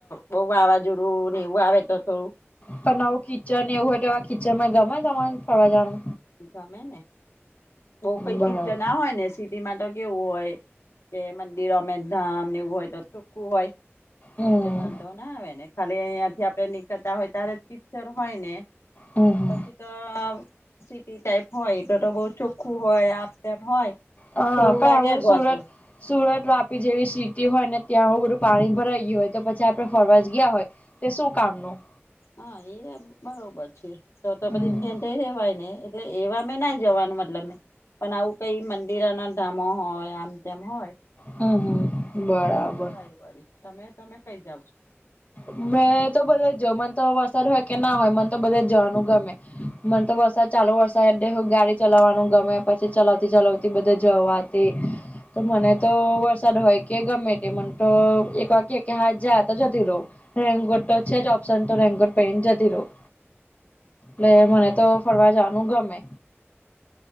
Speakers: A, on the left; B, on the left.
A: બ વાવાજોડું હી એવું આવે તો થોડુ.
B: પણ નવું કિચન એવું હોય તો એવા કિચન માં ગમે તમા ફરવા જનુ
A: ગમે ને બહ કઈ
B: બરાબર
A: કીચન ના હોય ને સિટીમાં તો કેવું હોય કે મંદિરો અમેરધામ ને એવું હોય તો ચોખ્ખું હોય.
B: હમ
A: એટલે વાંધો ના આવે ને ખાલી અહિયાંથી આપડે નીકળતા હોય ત્યારે જ પિક્ચર હોય ને.
B: હમ હમ
A: પછી તો સીટી ટાઈપ હોય તો તો બહુ ચોખ્ખું હોય આમ તેમ હોય.
B: હહ
A: થોડું
B: પણ
A: લાગે
B: આવું
A: ગોચવું
B: સુરત સુરત, વાપી જેવી સિટી હોય ને ત્યાં આવું બધું પાણી ભરાઈ ગયું હોય તો પછી આપણે ફરવા જ ગયા હોય. તે શું કામનું?
A: હા એ બરોબર છે, તો તો
B: હમ
A: પછી જ્યાં ત્યાં રેવાય નહીં એટલે એવા મેં ના જવાનું મતલબ મે પણ આવું કઈ મંદિરન અને ધામો હોય, આમ તેમ હોય.
B: હમ હમ બરાબર
A: તો જવાય વડી. તમે તમે કઈ જાવ છો?
B: મેં તો બધે જઉં. મને તો વરસાદ હોય કે ના હોય મને તો બધે જ જવાનું ગમે. મન તો વરસાદ ચાલુ વર શહેરને હું ગાડી ચલાવાનું ગમે, પછી ચલાવતી ચલાવતી બધે જઉં આ તે તો મને તો વરસાદ હોય કે ગમે તે મને તો એક વાર કે કે હા જા તો જતી રહું. રેનકોટ તો છે જ ઓપ્શન તો રેનકોટ પેરી ને જતી રહું. ને મને તો ફરવા જાવાનું ગમે.